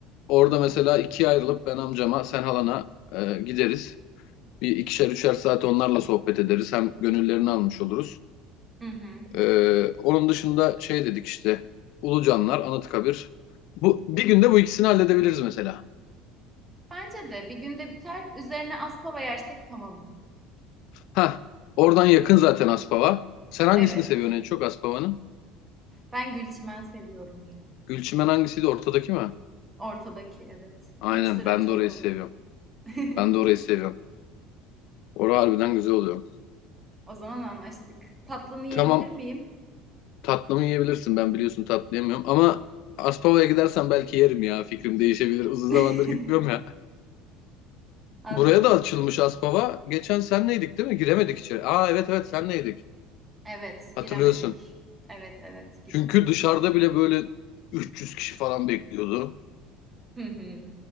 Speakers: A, on the left (about 65°); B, on the right (about 15°).
A: orada mesela ikiye ayrılıp ben amcama, sen halana e, gideriz. Bir ikişer üçer saat onlarla sohbet ederiz. Hem gönüllerini almış oluruz.
B: Hı hı.
A: E, onun dışında şey dedik işte, Ulucanlar, Anıtkabir. Bu bir günde bu ikisini halledebiliriz mesela.
B: Bence de bir günde biter. Üzerine Aspava yersek tamam.
A: Ha, oradan yakın zaten Aspava. Sen hangisini
B: Evet.
A: seviyorsun en çok Aspava'nın?
B: Ben Gülçimen seviyorum ya.
A: Gülçimen hangisiydi ortadaki mi?
B: Ortadaki evet.
A: Aynen
B: Hep sıra
A: ben
B: çok
A: de orayı
B: olan.
A: seviyorum.
B: <laughs>
A: Ben de orayı seviyorum. Orası harbiden güzel oluyor.
B: O zaman anlaştık. Tatlını yiyebilir
A: Tamam
B: miyim?
A: tatlımı yiyebilirsin ben biliyorsun tatlı yemiyorum ama Aspava'ya gidersen belki yerim ya fikrim değişebilir. Uzun
B: <laughs>
A: zamandır gitmiyorum ya.
B: Anladım.
A: Buraya da açılmış Aspava. Geçen senleydik değil mi? Giremedik içeri. Aa evet evet senleydik.
B: Evet,
A: Hatırlıyorsun.
B: giremedik. Evet, evet, giremedik.
A: Çünkü dışarıda bile böyle 300 kişi falan bekliyordu.
B: Hı hı.